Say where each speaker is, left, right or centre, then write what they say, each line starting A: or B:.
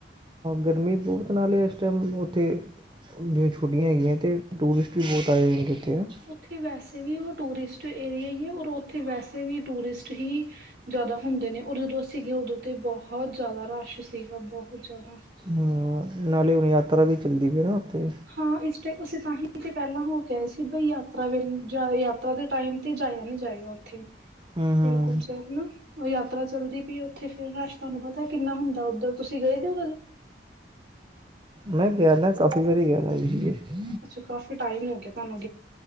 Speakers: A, on the right (about 25°); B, on the right (about 60°).
A: ਗਰਮੀ ਬਹੁਤ ਨਾਲ। ਇਸ ਟਾਈਮ ਉੱਥੇ ਜਿਵੇਂ ਛੁਟੀਆਂ ਹੈਗੀਆਂ। ਅਤੇ ਟੂਰਿਸਟ ਬੀ ਬਹੁਤ ਆਏ ਹੋ ਗਏ ਹਨ।
B: ਉਥੇ ਵੈਸੇ ਵੀ ਉਹ ਟੂਰਿਸਟ ਏਰੀਆ ਹੀ ਹੈ। ਔਰ ਉੱਥੇ ਵੈਸੇ ਵੀ ਟੂਰਿਸਟ ਹੀ ਜਿਆਦਾ ਹੁੰਦੇ। ਨੇ ਔਰ ਜਦੋਂ ਸੀਗੇ ਉਦੋਂ ਤੇ ਬਹੁਤ ਜਿਆਦਾ ਰਸ਼ ਸੀਗਾ ਬਹੁਤ ਜਿਆਦਾ
A: ਹਾਂ। ਨਾਲੇ ਯਾਤਰਾ ਵੀ ਚੱਲੀਏ ਉੱਥੇ
B: ਹਾਂ। ਇਸ ਟਾਈਮ ਤੇ ਪਹਿਲਾਂ ਹੋ ਗਏ ਸੀ। ਬਈ ਯਾਤਰਾ ਦੇ ਟਾਈਮ ਤੇ ਜਾਇਆ ਨਹੀਂ ਜਾਏਗਾ ਉਥੇ ਹੇਮਕੁਮ
A: ਹੂੰ ਹੂੰ
B: ਸਾਹਿਬ ਸਰਨਾ ਉਹ ਯਾਤਰਾ ਚੱਲਦੀ ਪਈ ਉਥੇ ਫਿਰ ਰਾਸਤਾ ਨੂੰ ਪਤਾ ਕਿੰਨਾ ਹੁੰਦਾ ਉਧਰ ਤੁਸੀਂ ਗਏ ਹੋ।
A: ਮੈਂ ਕਿਹਾ ਨਾ ਕਾਫੀ ਵਾਰੀ ਕਹਿਦਾ।
B: ਅੱਛਾ ਕਾਫੀ ਟਾਈਮ ਹੋ ਗਿਆ। ਤੁਹਾਨੂੰ